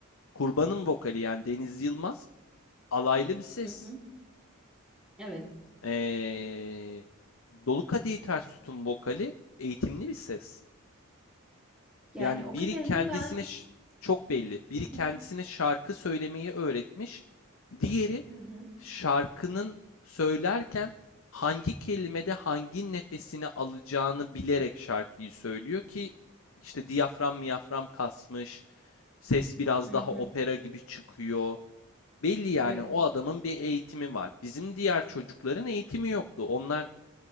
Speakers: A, on the left; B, in the centre.
A: Kurban'ın vokali yani Deniz Yılmaz alaylı bir ses.
B: Hı hı. Evet.
A: E, Dolu Kadehi Ters Tut'un vokali eğitimli bir ses.
B: Yani
A: Yani
B: o
A: biri
B: kadarını
A: kendisine
B: ben
A: ş- çok belli. Biri
B: hı hı
A: kendisine şarkı söylemeyi öğretmiş. Diğeri
B: hı hı.
A: şarkının söylerken hangi kelimede hangi nefesini alacağını bilerek şarkıyı söylüyor ki işte diyafram miyafram kasmış, ses biraz
B: hı
A: daha
B: hı.
A: opera gibi çıkıyor. Belli yani
B: Evet.
A: o adamın bir eğitimi var. Bizim diğer çocukların eğitimi yoktu. Onlar